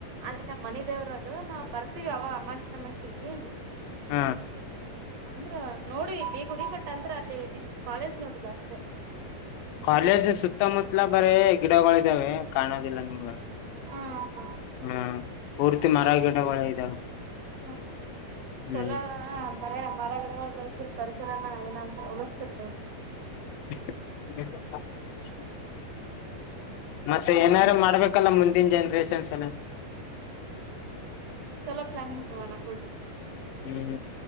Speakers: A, on the right (about 60°); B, on the left (about 75°).
A: ಅಲ್ಲಿ ನಮ್ಮ್ ಮನೆ. ದೇವ್ರ ಅದು ನಾವು ಬರ್ತೀವಿ ಅವಾಅಮಾಷಿ ಅಮಾಷಿಗಿ.
B: ಹ.
A: ಅಂದ್ರ ನೋಡಿ ಬೀಗುಡಿ ಬಟ್ ಅಂದ್ರ ಅಲ್ಲಿ ನಿಮ್ ಕಾಲೇಜ್ ನೋಡಿಲ್ಲ ಅಷ್ಟೇ.
B: ಕ್ವಾಲೇಜ ಸುತ್ತಾ ಮುತ್ಲಾ. ಬರೇ ಗಿಡಗಳಿ ಇದ್ದಾವೆ ಕಾಣೋದಿಲ್ಲ ನಿಮ್ಗ.
A: ಆ ಹಾ.
B: ಹ್ಮ್ ಪೂರ್ತಿ ಮರ ಗಿಡಗಳ ಇದಾವ.
A: ಅಹ್ ಹಾ ಛೊಲೊ
B: ಹ್ಮ್
A: ಅದ್. ಬರೆ ಮರ ಗಿಡಗೊಳ್ ಬೆಳಸಿರ ಪರಿಸರ ಏನ ಏನಂದ್ರ ಉಳಿಸ್ತಿರ್ ನೀವು.
B: <unintelligible> ಮತ್ತೆ ಏನಾರು ಮಾಡ್ಬೇಕಲ್ಲ ಮುಂದಿನ ಜನ್ರೇಷನ್ಸ್ ಅನ.
A: ಚಲೋ ಪ್ಲಾನಿಂಗ್ಸ್ ಸುವರ್ಣ ಗುಡ್.
B: ಹ್ಮ್